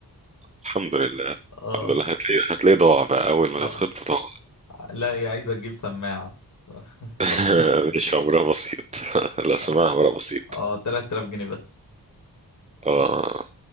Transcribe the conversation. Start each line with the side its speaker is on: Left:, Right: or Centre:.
Right: الحمد لله
Left: اه
Right: الحمد لله هتلاقي هتلاقي ضاع بقى اول
Left: اه
Right: ما تتخطب ضاع
Left: لا هي عايزة تجيب سماعة <laughs>
Right: <laughs>
Left: ظهرت كده
Right: مش امرها بسيط <laughs>
Left: اه
Right: لا سماها امرها بسيط
Left: اه 3000 جنيه بس
Right: اه